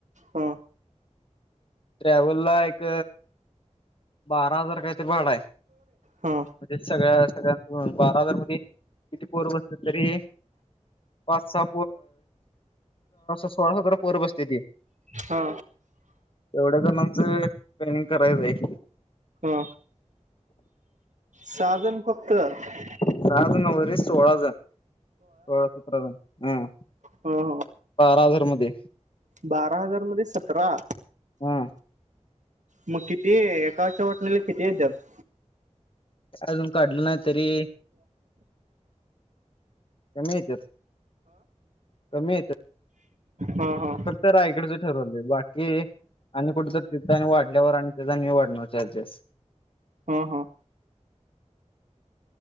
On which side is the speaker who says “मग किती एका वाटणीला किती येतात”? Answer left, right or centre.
Right